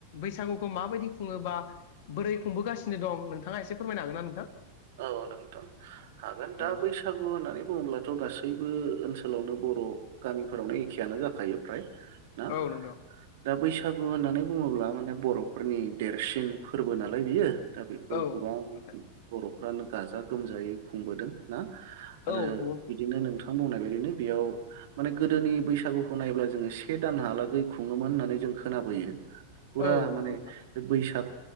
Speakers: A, on the left; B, on the right.
A: बैसागुखौ माबायदि खुङोबा बोरै खुंबोगासिनो दं नोंथाङा एसे फोरमायनो हागोन ना नोंथां?
B: औ नोंथ' हागोन दा
A: औ
B: बैसागु होननानै बुङोब्लाथ' गासैबो ओनोल ओनसोलावनो बर' गामिफोरावनो एखेआनो जाखायो फ्राय ना
A: औ नोंथां
B: दा बैसाग बैसागु होननानै बुङोब्ला माने बर'फोरनि देरसिन फोरबो नालाय बियो दा बेखौ
A: औ
B: गोबां
A: नोंथां
B: बर'फ्रानो गाजा गोमजायै खुंबोदों ना। आरो
A: औ नंगौ नोंथां
B: बिदिनो नोंथां बुंनाय बायदिनो बेयाव माने गोदोनि बैसागुखौ नायब्ला जोंङो से दानहालागै खुङोमोन होननानै जों खोना बोयो। फुरा
A: औ
B: माने
A: नंगौ नोंथां
B: बे बैसाग